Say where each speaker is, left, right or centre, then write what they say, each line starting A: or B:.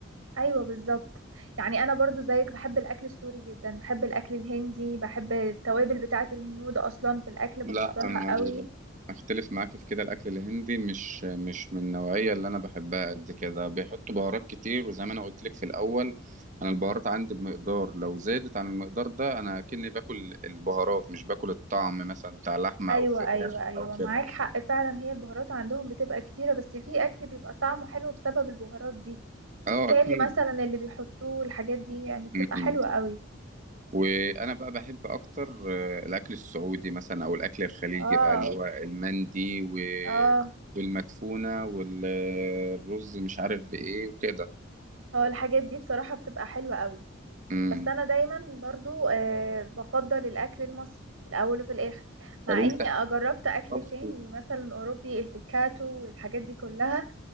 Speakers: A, on the right; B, on the right.
A: ايوه بالظبط يعني انا برضو زيك بحب الاكل السوري جدا بحب الاكل الهندي بحب التوابل بتاعه الهنود اصلا في الاكل
B: لا
A: بفضلها
B: انا
A: قوي
B: ال- اختلف معاك في كده الاكل الهندي مش مش من النوعيه اللي انا بحبها قد كده بيحطوا بهارات كتير وزي ما انا قلت لك في الاول انا البهارات عندي بمقدار لو زادت عن المقدار ده انا اكني باكل البهارات مش باكل الطعم مثلا بتاع لحمه
A: ايوه
B: او فراخ
A: ايوه ايوه
B: او
A: معاك
B: كده
A: حق فعلا هي البهارات عندهم بتبقى كتيره بس في اكل بيبقى طعمه حلو بسبب البهارات دي
B: اه
A: الكاري
B: اكيد
A: مثلا اللي بيحطوه الحاجات دي يعني بتبقى
B: م-م.
A: حلوه قوي
B: وانا بقى بحب اكتر آه، الاكل السعودي مثلا او الاكل الخليجي
A: اه
B: بقى اللي هو المندي و...
A: اه
B: والمدفونه والرز مش عارف بايه وكده
A: اه الحاجات دي بصراحه بتبقى حلوه قوي
B: م.
A: بس انا دايما برضو آه بفضل الاكل المصري في الاول وفي الاخر مع
B: طب انت
A: اني جربت اكل
B: طبخ-
A: تاني مثلا اوروبي البيكاتو والحاجات دي كلها